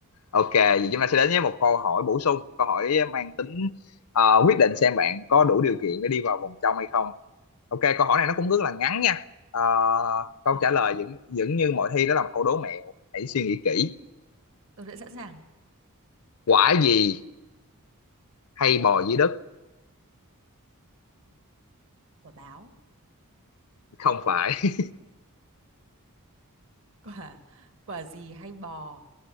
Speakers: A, on the left; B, on the right.
A: Ok, vậy chúng ta sẽ đến với một câu hỏi bổ sung, câu hỏi mang tính ờ, quyết định xem bạn có đủ điều kiện để đi vào vòng trong hay không. Ok, câu hỏi này nó cũng rất là ngắn nha. Ờ, câu
B: Được
A: trả
B: ạ,
A: lời vẫn vẫn như mọi thi đó là một câu đố mẹo. Hãy suy nghĩ kỹ.
B: tôi đã sẵn sàng.
A: Quả gì hay bò dưới đất?
B: Quả báo
A: Không phải.
B: Quả, quả gì hay bò?